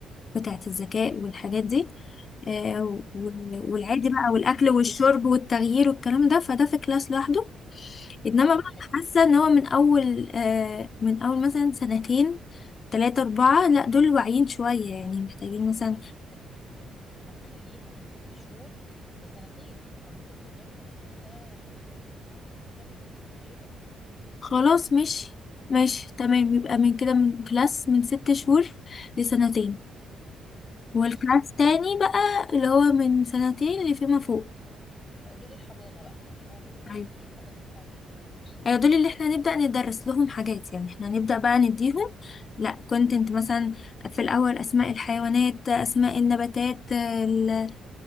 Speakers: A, on the left; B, on the left.
A: بتاعة الذكاء والحاجات دي آه وال- والعادي
B: إيه؟
A: بقى
B: عايزة
A: والأكل
B: أقولك
A: والشرب والتغيير والكلام ده فده في كلاس لوحده إنما
B: تمام
A: بقى
B: حلو
A: حاسة إن هو من أول آه من أول مثلا سنتين تلاتة أربعة لأ دول واعيين شوية يعني محتاجين مثلا
B: طب ما تخليها طب ما تخليها من ست شهور لسنتين ما هو الطفل لغاية سنتين ده انا عايزة اقولك ان هو مش بيتكلم زي ما انت متخيلة
A: خلاص ماشي ماشي تمام يبقى من كده من كلاس من ست شهور لسنتين والكلاس
B: ماشي
A: تاني بقى اللي هو من سنتين اللي فيما فوق
B: دول الحضانة بقى اللي هو من سنتين
A: أيوة.
B: لغاية سبع سنين
A: ايوه دول اللي احنا نبدأ ندرس لهم حاجات يعني احنا نبدأ بقى نديهم لا كونتنت مثلا في الأول أسماء الحيوانات أسماء النباتات ال-